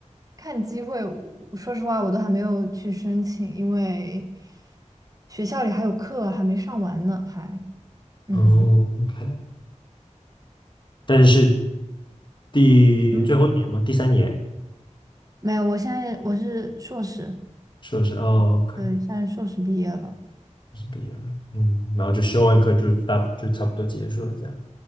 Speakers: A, on the right (about 30°); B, on the left (about 40°).
A: 看机会。我说实话，我都还没有去申请，因为学校里还有课还没上完呢，还嗯
B: 哦，OK，但是第最后一年吗？
A: 嗯，
B: 第三年。
A: 没有。我现在我是硕士，
B: 硕士哦，OK，
A: 对，现在硕士毕业了，
B: 是毕业了，嗯，然后就修完课就大就差不多结束了这样。